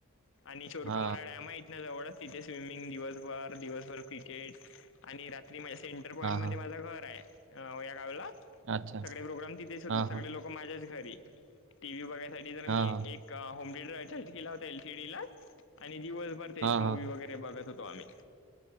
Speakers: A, on the left (about 65°); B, on the right (about 60°).
A: <unintelligible> व
B: हा
A: तिथे स्विमिंग दिवसभर दिवसभर क्रिकेट आणि रात्री. सेंटर पॉईंट
B: हा
A: मध्ये
B: हा
A: माझं घर आहे या गावला
B: अच्छा
A: सगळे प्रोग्राम तिथेच होतात
B: हा
A: सगळे
B: हा
A: लोक. माझ्याच घरी टी व्ही बघायसाठी तर मी
B: हा हा
A: एक. होम थिएटर अटॅच केला होता एलसीडी ला आणि दिवस भरतेच
B: हा
A: मूवी
B: हा
A: वगैरे. ते बघत होतो आम्ही